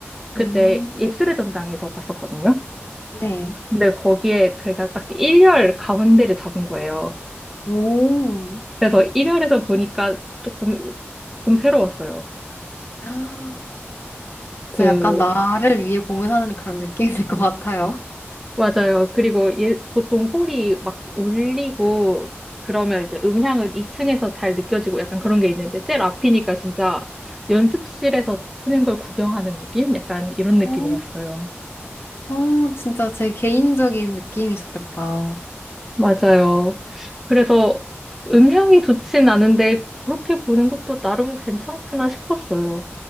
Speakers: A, in the centre; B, on the left.
A: 그때
B: 음,
A: 예술의 전당에서 봤었거든요.
B: 네.
A: 근데 거기에 제가 딱 1열 가운데를 잡은 거예요.
B: 오.
A: 그래서 1열에서 보니까 조금, 조금 새로웠어요.
B: <gasps> 진짜
A: 그
B: 약간 나를 위해 공연하는 그런 느낌일 것 같아요.
A: 맞아요. 그리고 예, 보통 홀이 막 울리고 그러면 이제 음향을 2층에서 잘 느껴지고 약간 그런 게 있는데 제일 앞이니까 진짜 연습실에서 치는 걸 구경하는 느낌? 약간 이런 느낌이었어요.
B: 어, 어, 진짜 제 개인적인 느낌이 좋겠다.
A: 맞아요. 그래서 음향이 좋진 않은데 그렇게 보는 것도 나름 괜찮구나 싶었어요.